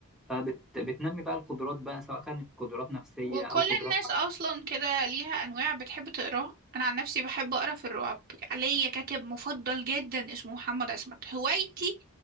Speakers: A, in the centre; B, on the right.
A: فبتنمي بقى القدرات بقى سواء كانت قدرات نفسية
B: وكل
A: أو قدرات
B: الناس اصلا كده ليها انواع بتحب تقراها انا عن نفسي بحب اقرا في الرعب ليا كاتب مفضل جدا اسمه محمد عصمت هوايتي